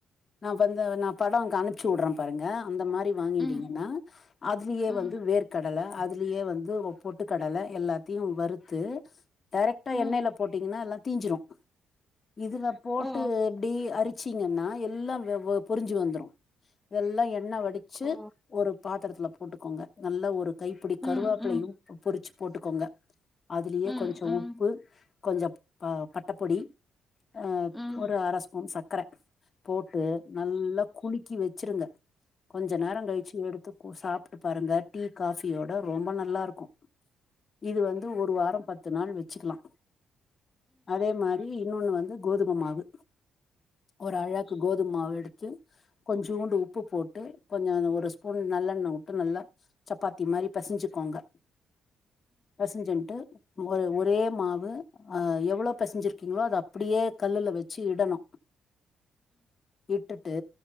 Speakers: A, on the left; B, in the centre.
A: நா வந்து நா படம் உனக்கு அனுப்ச்சி வுடுறேன் பாருங்க அந்த மாரி வாங்கிட்டீங்கன்னா
B: ம்,
A: அதுலயே
B: ம்,
A: வந்து வேர்க்கட கடல அதுலயே வந்து ஓ பொட்டு கடல எல்லாத்தையும் வறுத்து டேரக்டா
B: ம்.
A: எண்ணையில போட்டீங்கன்னா எல்லா தீஞ்சிரும் இதுல போட்டு
B: ஓ!
A: எப்படி அரிச்சிங்கன்னா எல்லாம் பொரிஞ்சு வந்துரும் இதெல்லாம் எண்ண வச்சு
B: ஓ!
A: ஒரு பாத்திரத்துல போட்டுக்கோங்க நல்லா ஒரு கைப்பிடி கருவேப்பிளையும்
B: ம், ம்,
A: பொரிச்சு போட்டுக்கோங்க அதுலயே
B: ம்,
A: கொஞ்சம்
B: ம்,
A: உப்பு கொஞ்சம் ப பட்டப்பொடி ஆ
B: ம்.
A: ஒரு அரை ஸ்பூன் சக்கர போட்டு நல்லா குளுக்கி வச்சிருங்க கொஞ்ச நேரம் கழிச்சி எடுத்து சாப்ட்டு பாருங்க டீ காஃபியோட ரொம்ப நல்லா இருக்கும் இது வந்து ஒரு வாரம் பத்து நாள் வச்சுக்கலாம் அதே மாரி இன்னொன்னு வந்து கோதும மாவு ஒரு அழாக்கு கோதுமமாவு எடுத்து கொஞ்சோண்டு உப்பு போட்டு கொஞ்சம் ஒரு ஸ்பூன் நல்லெண்ண வுட்டு நல்லா சப்பாத்தி மாரி பெசஞ்சுக்கோங்க பெசஞ்சுட்டு ஒரு ஒரே மாவு அ எவ்வளோ பெசஞ்சிருக்கீங்களோ அத அப்படியே கல்லுல வச் சிடணும் இட்டுட்டு